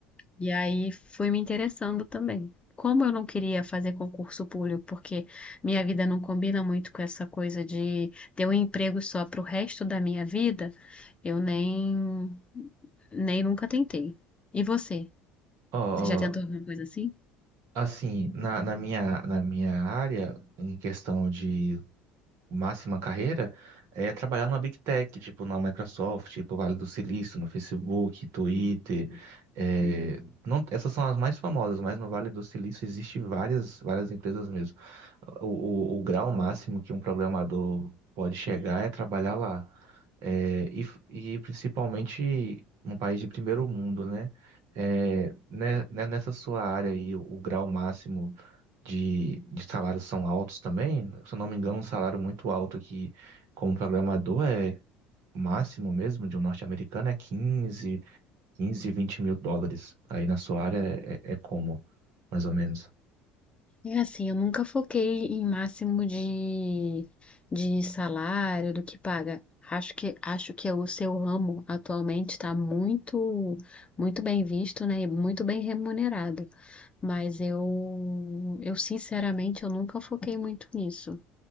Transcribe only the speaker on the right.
Ó, ó,
assim, na, na minha, na minha área, em questão de máxima carreira é trabalhar numa Big Tech, tipo na Microsoft, tipo Vale do Silício, no Facebook, Twitter. é,
não- essas são as mais famosas, mas no Vale do Silício existe várias, várias empresas mesmo. O, o- o grau máximo que um programador pode chegar é trabalhar lá. É, e, f- e principalmente um país de primeiro mundo, né? É, né, né, Nessa sua área aí, o, o grau máximo de, de salários são altos também? Se eu não me engano, um salário muito alto aqui como programador é o máximo mesmo de um norte-americano é quinze 15 20 mil dólares. Aí na sua área é, é- é como, mais ou menos?